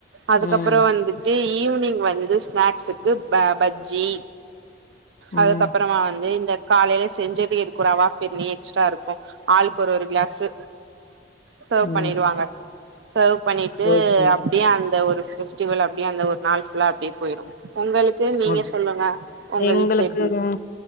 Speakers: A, on the right; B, on the left.
A: அதுக்கப்பறோ
B: ம்
A: வந்துட் டு ஈவ்னிங் வந்து ஸ்நாக்ஸுக்கு ப பஜ்ஜி
B: ம்
A: அதுக்கப்பறமா வந்து இந்த காலைலே செஞ்சு ரவா ஃபிர்னி எக்ஸ்ட்ரா இருக்கு ஆளுக்கு ஒரு ஒரு கிளாஸு சர்வ்
B: ம்
A: பண்ணீர்வாங்க சர்வ் பண்ணீட்டு
B: ஓகே ஓகே
A: அப்டியே அந்த ஒரு ஃபெஸ்டிவல் அப்டியே அந்த ஒரு நாள் ஃபுல்லா அப்டியே போயிரு உங்களுக்கு நீங்க
B: முடிஞ்
A: சொல்லுங்க உங்க
B: எங்களுக்கு
A: வீட்ல எப்டி இருக்கு